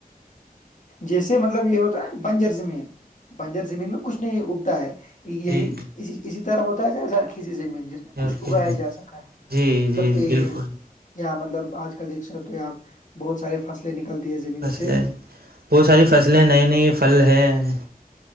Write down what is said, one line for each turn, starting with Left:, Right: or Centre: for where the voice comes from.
Left: جیسے مطلب یہ ہوتا ہے بنجر زمین بنجر زمین میں کچھ نہیں اگتا ہے یہی
Right: جی
Left: اسی طرح ہوتا ہے س زرخیسی زمین
Right: جی
Left: کچھ اگایا جا سکا ہے
Right: جی جی
Left: مطلب پیڑ
Right: بالکل
Left: اں مطلب آج کل دیکھ سکتے تو آپ بہت سارے فصلیں نکلتی ہے زمین
Right: فصلیں
Left: سے
Right: بہت ساری فصلیں نئے نئے پھل ہیں